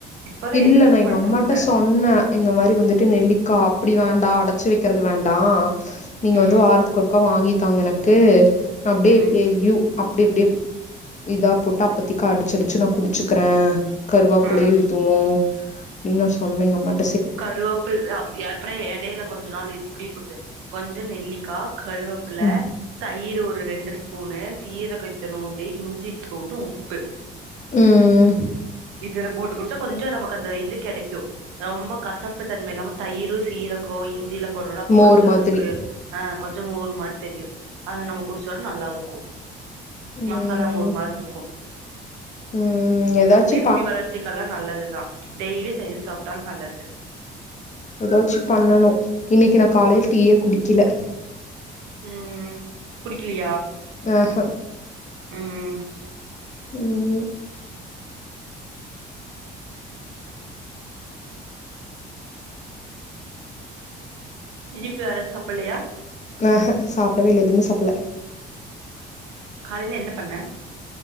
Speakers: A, on the right; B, on the left.
A: இப்பதா
B: இல்ல
A: எதுவுமே
B: நா எங்க
A: பண்றதில்ல
B: அம்மாட்ட சொன் ன இந்த மாரி வந்துட்டு நெல்லிக்கா அப்டி வேண்டா அடைச்சு வைக்கிறது வேண்டா நீங்க
A: ம்
B: வந்து
A: ம்
B: வாரத்துக்கு ஒருக்கா வாங்கித்தாங்க எனக்கு அப்டியே
A: ம்
B: டெய்ல்யு அப்டி அப்டி இதா போட்டு அப்பத்திக்கு அடிச் அடிச்சு நா குடிச்சிக்கறே கருவாப்பிலயு
A: ஆ
B: ம் அப்டின் நா சொன்னே எங் அம்மாட்
A: கருவாப்பில் ஆ யப்றே எடைல கொஞ்ச நாள் இப்டி குடிச்சே கொஞ்சோ நெல்லிக்கா கருவாப்பில
B: ம்
A: தயிர் ஒரு ரெண்டு ஸ்பூனு சீரகோ இத்துனூன்டு இஞ்சி, தூண்டு உப்பு
B: ம்
A: இதுல போட்டு குடிச்சா கொஞ்சோ நமக் அந்த இது கெடைக்கு ரொம்ப கசப்பு தன்ம இல்லாம தயிரு, சீரகோ, இஞ்சிலா போட்றோல அப்போ
B: மோர்
A: கொஞ்சோ
B: மாதிரி
A: இதுக்கு ஆ கொஞ்சோ மோர் மாரி தெரியு அத்னா நம்ம குடிச்சோன் நல்லாருக்கு
B: ம்
A: மசாலா மோர் மார்ருக்கு
B: ம் எதாச்சி
A: முடி வளர்ச்சிக்கல்லா நல்லது தா டெய்லி தயிர் சாப்ட்டால் நல்லது
B: எதாச்சு பண்ணனு இன்னைக் நா காலைல் டீயே குடிக்கில
A: ம் குடிக்கிலயா
B: ஹேஹும்
A: ம்
B: ம்
A: இனிப்பு வேற எது சாப்பல்லயா
B: ஹேஹும் சாப்டவே இல்ல எதுமே சாப்பில்ல
A: காலைல என்ன பண்ண